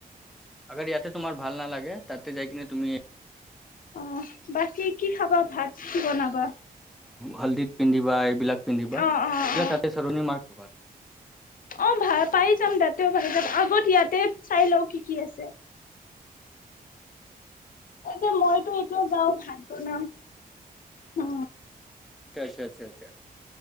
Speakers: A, in the centre; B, on the left (about 65°).
A: আগৰ ইয়াতে তোমাৰ ভাল নালাগে তাতে যাই কিনে তুমি
B: অ বাকী কি খাবা ভাত কি বনাবা
A: হল্দিত পিন্ধিবা এইবিলাক পিন্ধিবা
B: অ অ
A: এইবাক
B: অ
A: তাতে চৰণি মাৰ্
B: অ ভাল পাই যাম তাতে আগত ইয়াতে চাই লও কি কি আছে এ যে মইতো এইটোয় যাও ভাত বনাম উ
A: আচ্ছা আচ্ছা আচ্ছা